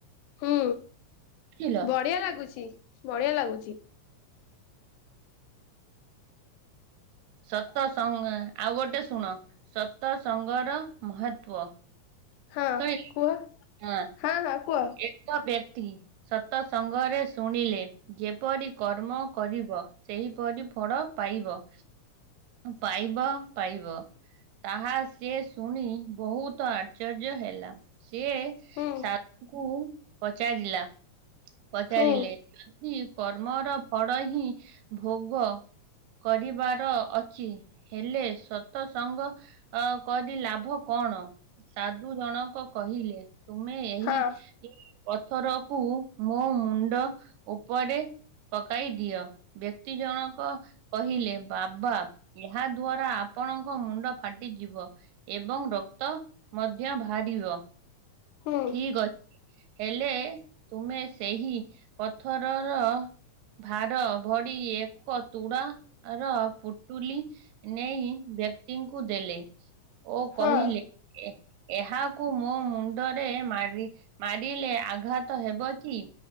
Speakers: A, on the left; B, on the right.
A: ହୁଁ।
B: ବୁଝିଲ
A: ବଢିଆ ଲାଗୁଛି ବଢିଆ ଲାଗୁଛି।
B: ସତ ସଙ୍ଗ ଆଉ ଗୋଟେ ଶୁଣ ସତ ସଙ୍ଗର ମହତ୍ଵ।
A: ହଁ
B: ଶୁଣିଲି।
A: କୁହ ହଁ ହଁ କୁହ।
B: ଏକ ବ୍ୟକ୍ତି ସତ ସଙ୍ଗରେ ଶୁଣିଲେ ଯେପରି କର୍ମ କରିବ ସେହିପରି ଫଳ ପାଇବ। ପାଇବ ପାଇବ ତାହା ସିଏ ଶୁଣି ବହୁତ ଆ ଆଶ୍ଚର୍ଯ୍ୟ ହେଲା ସିଏ
A: ହୁଁ
B: ସାଧୁଙ୍କୁ ପଚାରିଲା ପଚାରିଲେ
A: ହୁଁ
B: ଯଦି କର୍ମର ଫଳ ହିଁ ଭୋଗ କରିବାର ଅଛି ହେଲେ ସତ ସଙ୍ଗ ଅ କରି ଲାଭ କଣ? ସାଧୁ ଜଣକ କହିଲେ ତୁମେ ଏହି
A: ହଁ
B: ପଥରକୁ ମୋ ମୁଣ୍ଡ ଉପରେ ପକାଇ ଦିଅ। ବ୍ୟକ୍ତି ଜଣକ କହିଲେ ବାବା ଏହା ଦ୍ଵାରା ଆପଣଙ୍କ ମୁଣ୍ଡ ଫାଟିଯିବ। ଏବଂ ରକ୍ତ ମଧ୍ୟ ବାହାରିବ।
A: ହୁଁ
B: ଠିକ ଅଛି। ହେଲେ ତୁମେ ସେହି ପଥରର ଭାର ଭରି ଏକ ତୁଡ଼ ର ପୁଟୁଲି ନେଇ ବ୍ୟକ୍ତିଙ୍କୁ ଦେଲେ। ଓ
A: ହଁ
B: କହିଲେ ଏ ଏହାକୁ ମୋ ମୁ ଣ୍ଡରେ ମାରି ମାରିଲେ ଆଘାତ ହେବ କି?